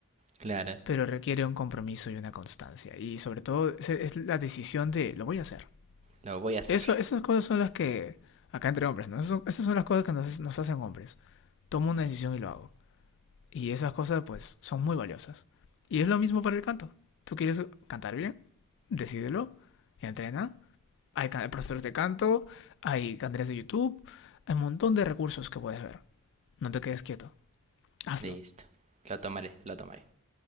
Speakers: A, on the right; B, on the left.
A: Claro.
B: pero requiere un compromiso y una constancia. Y sobre todo es, la decisión de lo voy a hacer.
A: Lo voy a hacer.
B: Eso, esas cosas son las que, acá entre hombres, ¿no? Eso, esas son las cosas que nos, nos hacen hombres. Tomo una decisión y lo hago. Y esas cosas pues son muy valiosas. Y es lo mismo para el canto. ¿Tú quieres cantar bien? Decídelo, entrena Hay can- profesores de canto, hay canales de YouTube, hay un montón de recursos que puedes ver. No te quedes quieto, hazlo.
A: Listo. Lo tomaré, lo tomaré.